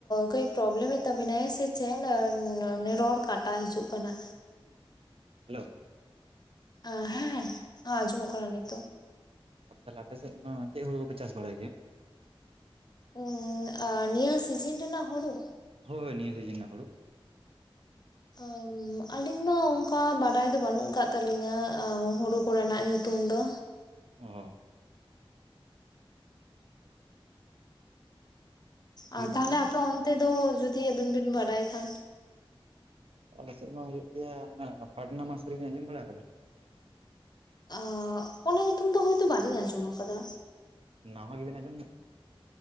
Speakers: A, on the left; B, on the right.
A: ᱠᱟᱹᱡ ᱯᱨᱚᱵᱞᱮᱢᱮᱫ ᱛᱟᱵᱤᱱᱟᱭ ᱥᱮ ᱪᱮᱫ ᱨᱚᱲ ᱠᱟᱴ ᱴᱟ ᱦᱤᱡᱩᱜ ᱠᱟᱱᱟ᱾
B: ᱦᱮᱞᱳ᱾
A: ᱟ ᱦᱮᱸ ᱟᱸᱡᱚᱢᱚᱜ ᱠᱟᱱᱟ ᱱᱤᱛᱚᱜ᱾
B: ᱟ ᱛᱟᱦᱚᱞᱮ ᱟᱯᱮ ᱥᱮᱫ ᱫᱚ ᱪᱮᱜ ᱦᱩᱲᱩ ᱠᱚᱯᱮ ᱪᱟᱥ ᱵᱟᱲᱟᱭ ᱜᱮᱭᱟ?
A: ᱩᱸ ᱟ ᱱᱤᱭᱟᱹ ᱥᱤᱡᱤᱱ ᱨᱮᱱᱟᱜ ᱦᱩᱲᱩ᱾
B: ᱦᱳᱭ ᱱᱤᱭᱟᱹ ᱥᱤᱡᱤᱱ ᱨᱮᱱᱟᱜ ᱦᱩᱲᱩ᱾
A: ᱟᱹᱡ ᱟᱹᱞᱤᱧᱢᱟ ᱚᱝᱠᱟ ᱵᱟᱰᱟᱭ ᱫᱚ ᱵᱟᱹᱱᱩᱜ ᱟᱠᱟᱜ ᱛᱟᱹᱞᱤᱧᱟ, ᱦᱩᱲᱩ ᱠᱚᱨᱮᱱᱟᱜ ᱧᱩᱛᱩᱢ ᱫᱚ᱾
B: ᱚ ᱦᱚᱸ᱾ ᱵᱤᱨ
A: ᱟᱨ ᱛᱟᱦᱞᱮ
B: ᱫᱤᱥᱚᱢ
A: ᱟᱯᱮ ᱚᱱᱛᱮ ᱫᱚ ᱡᱩᱫᱤ ᱟᱵᱤᱱ ᱵᱤᱱ ᱵᱟᱰᱟᱭ ᱠᱷᱟᱱ᱾
B: ᱟᱞᱮᱥᱮᱫ ᱢᱟ ᱦᱩᱭᱩᱜ ᱜᱮᱭᱟ ᱦᱟᱱᱟ ᱯᱟᱴᱱᱟ ᱢᱟᱥ ᱨᱮᱵᱤᱱ ᱟᱸᱡᱚᱢ ᱵᱟᱲᱟᱣ ᱠᱟᱫᱟ?
A: ᱟᱸ ᱚᱱᱟ ᱧᱩᱛᱩᱢ ᱫᱚ ᱦᱚᱳᱭᱛᱳ ᱵᱟᱞᱤᱧ ᱟᱸᱡᱚᱢ ᱠᱟᱫᱟ᱾
B: ᱱᱟᱣᱟ ᱜᱮ ᱵᱤᱱ ᱟᱸᱡᱚᱢ ᱫᱟ᱾